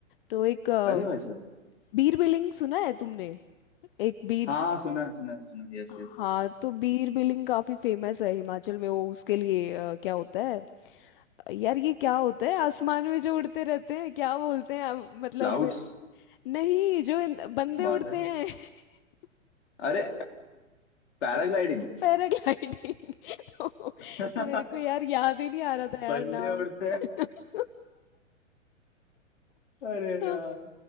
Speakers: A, on the left (about 45°); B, on the left (about 60°).
A: तो एक अ,
B: अरे भाई साहब
A: बीर बिलिंग सुना है तुमने एक बीर
B: हाँ सुना है सुना है सुना है यस
A: हाँ
B: यस
A: तो बीर बिलिंग काफी फेमस है हिमाचल में वो उसके लिए अ, क्या होता है यार ये क्या होता है आसमान में जो उड़ते रहते हैं क्या बोलते हैं अब मतलब
B: क्लाउड्स
A: मे- नहीं जो इन- बंदे
B: बादल
A: उड़ते हैं <laughs>
B: अरे <laughs> पैराग्लाइडिंग
A: पैराग्लाइडिंग <laughs> तो
B: <laughs>
A: मेरे को यार याद ही नहीं आ रहा था यार
B: बंदे
A: नाम
B: उड़ते हैं
A: <laughs>
B: अरे
A: तो
B: यार